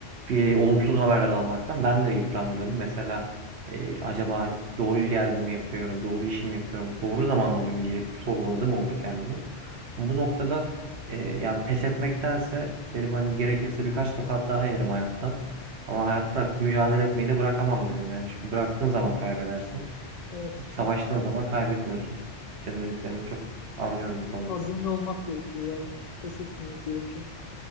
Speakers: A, on the right; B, on the left.
A: bir olumsuz haberler almaktan ben de yıprandım. Mesela e, acaba doğru yerde mi yapıyorum, doğru işimi yapıyorum, doğru zamanda mıyım diye sorguladım oldu kendimi. Bu noktada e, yani pes etmektense dedim hani gerekirse birkaç tokat daha yerim hayattan. Ama hayatta mücadele etmeyi de bırakamam dedim yani. Çünkü bıraktığın zaman kaybedersin.
B: Evet.
A: Savaştığın zaman kaybetmiyorsun. Senin dediklerini çok anlıyorum bu konuda.
B: Azimli olmak gerekiyor yani. Pes etmemek gerekiyor.